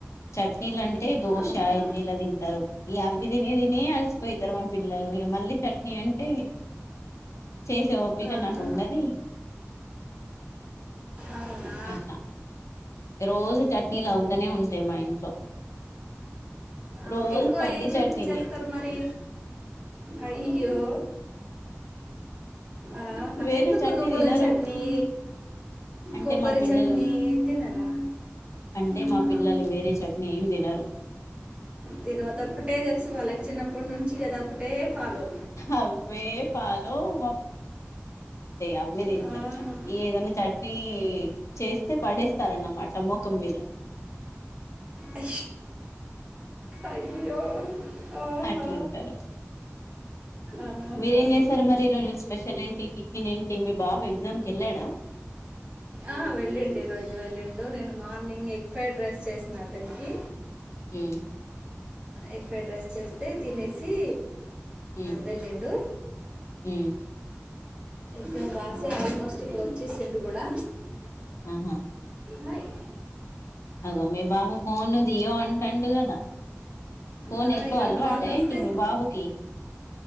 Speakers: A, on the left (about 70°); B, on the right (about 25°).
A: చట్నీలు అంటే దోశ
B: అవునా
A: ఇడ్లీ ఇలా తింటారు ఈ అవి తినేది నే అలసిపోతారు మా పిల్లలు ఇక మల్ళీ చట్నీ అంటే చేసే ఓపిక
B: ఆహా
A: నాకు ఉండది
B: అవునా
A: అట్లా రోజు చట్నీలు అవుతూనే ఉంటాయి మా ఇంట్లో
B: ఆ,
A: రోజు
B: ఎక్కువ
A: పల్లి
B: ఏ చట్నీ
A: చట్నీని
B: చేస్తారు మరి అయ్యో ఆహా
A: వేరే
B: ఎందుకు
A: చట్నీ
B: నువ్వుల
A: తినరు
B: చట్నీ
A: అంటే
B: కొబ్బరి
A: మా పిల్లలు
B: చట్నీ తినరా
A: అంటే
B: ఆహా.
A: మా పిల్లలు వేరే చట్నీ ఏం తినరు
B: తిన అతే ఒకక్కటే తెస ఫాలకి చిన్నప్పటి నుంచి కదా ఒకక్కటే ఫలో
A: అవే ఫాలో మా అవే తింటారు ఇగ్గా
B: ఆహా.
A: ఇగ ఈ ఏదన్నా చట్నీ చేస్తే పడేస్తారన్నమాట మోఖం మీదని
B: అ అయ్యో ఆహా
A: అట్లా ఉంటారు
B: ఆహా
A: మీరేం చేస్తారు మరి ఈరోజు స్పెషల్ ఏంటి టిఫిన్ ఏంటి మీ బాబు ఎగ్జామ్ కి వెళ్ళాడా
B: ఆ వెళ్ళిండు ఈరోోజు వెళ్ళిండు నేను మార్నింగ్ ఎగ్ ఫ్రైడ్ రైస్ చేసా అతనికి
A: ఉమ్
B: ఎగ్ ఫ్రైడ్ రైస్ చేస్తే తినేసి
A: ఉమ్
B: వెళ్ళిండు
A: ఉమ్
B: ఎగ్జామ్స్ రాసి ఆల్మోస్ట్ ఇప్పుడు వచ్చేసిండూ కూడా
A: ఆహా
B: నాయి
A: అగో మీ బాబు ఫోను దియో అంటండు కదా ఫోన్
B: ఆ,
A: ఎక్కువ
B: ఇక
A: అలవాట
B: వాళ్ళు వస్తే
A: ఏంటి మీ బాబుకి